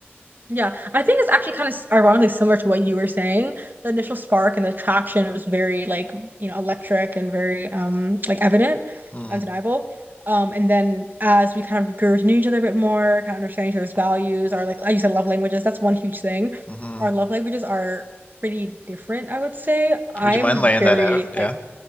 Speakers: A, on the right; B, on the left.
A: Yeah, I think it's actually kind of ironically similar to what you were saying. The initial spark and the attraction was very like, you know, electric and very um like evident,
B: Mm-hmm.
A: undeniable. Um, and then as we kind of grew to know each other a bit more, kind of understanding each other's values, our like, like you said, love languages, that's one huge thing.
B: Mm-hmm.
A: Our love languages are pretty different, I would say. I'm
B: Would you mind laying
A: very
B: that out? Yeah.
A: like